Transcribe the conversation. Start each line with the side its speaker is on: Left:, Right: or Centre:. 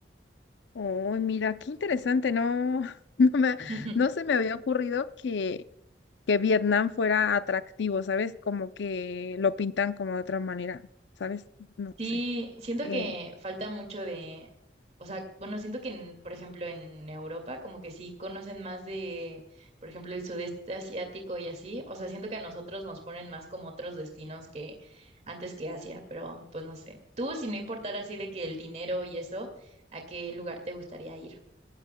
Left: Oh, mira, qué interesante, no, <laughs> no me,
Right: <laughs>
Left: no se me había ocurrido que, que Vietnam fuera atractivo, ¿sabes? Como que lo pintan como de otra manera, ¿sabes? No
Right: Sí,
Left: sé.
Right: siento
Left: Em,
Right: que falta mucho de, o sea, bueno, siento que, en- por ejemplo, en Europa como que sí conocen más de, por ejemplo, el sudeste asiático y así, o sea, siento que a nosotros nos ponen más como otros destinos que antes que Asia, pero pues no sé. Tú, si no importara así de que el dinero y eso, ¿a qué lugar te gustaría ir?